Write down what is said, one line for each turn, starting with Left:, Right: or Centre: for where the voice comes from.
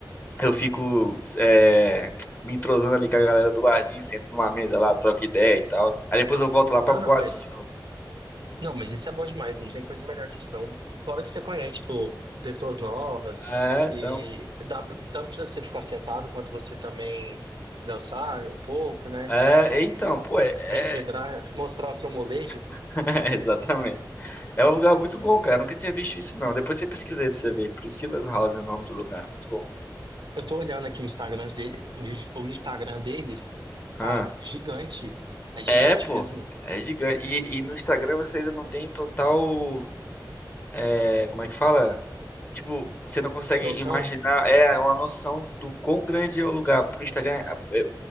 Left: eu fico é, me entrosando ali com a galera do barzinho, sento numa mesa lá, troco ideia e tal. Aí depois eu volto lá pra
Right: ah,
Left: boate
Right: não, mas.
Left: de novo.
Right: Não, mas isso é bom demais, não tem coisa melhor que isso, não. Fora que você conhece, tipo, pessoas novas,
Left: É, então,
Right: e
Left: pô.
Right: dá tanto pra você ficar sentado quanto você também dançar um pouco, né?
Left: É, então, pô, é, é-
Right: requebrar, mostrar o seu molejo.
Left: <laughs> exatamente. É um lugar muito bom, cara. Eu nunca tinha visto isso, não. Depois você pesquisei pra você ver. Priscila's House é o nome do lugar. Muito bom.
Right: Eu tô olhando aqui o Instagram dele, o ins- o Instagram deles,
Left: Ah.
Right: cara, gigante. É gigante
Left: É, pô.
Right: mesmo.
Left: É gigante. E, e no Instagram você ainda não tem total. é, como é que fala? Tipo, você não consegue
Right: Noção?
Left: imaginar. É uma noção do quão grande é o lugar. Pro Instagram é,